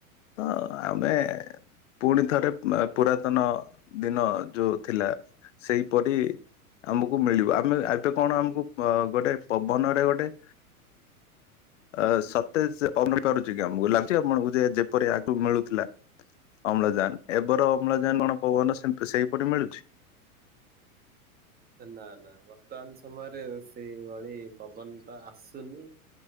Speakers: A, on the left (about 55°); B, on the right (about 20°).
A: ଆଉ ଆମେ
B: ଆଜ୍ଞା।
A: ପୁଣି ଥରେ ପୁରାତନ ଦିନ ଯୋଉ ଥିଲା ସେଇପରି ଆମକୁ ମିଳିବ। ଆମେ ଏବେ କଣ ଆମକୁ ଅ ଗୋଟେ ପବନରେ ଗୋଟେ ଅ ସତେ ସେ <unintelligible> କି ଆମକୁ ଲାଗୁଛି ଆପଣଙ୍କୁ ଯେ ଯେପରି ଆଗକୁ ମିଳୁଥିଲା ଅମ୍ଳଜାନ, ଏବେର ଅମ୍ଳଜାନ କଣ ପବନ ସେହିପରି ମିଳୁଚି।
B: ନା ନା ବର୍ତ୍ତମାନ ସମୟରେ ସେଇଭଳି ପବନ ତ ଆସୁନି।